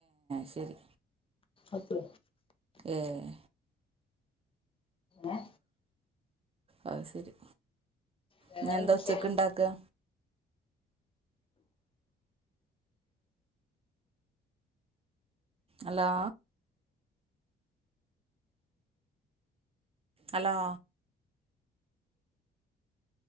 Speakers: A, on the right (about 30°); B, on the left (about 25°).
A: ശരി
B: അത്ര
A: ഏഹ്
B: ഏ
A: അഹ ശരി
B: വേറെന്തൊക്കെ
A: ഇൻഞന്താ ഉച്ചക്ക് ഇണ്ടാക്ക- hello hello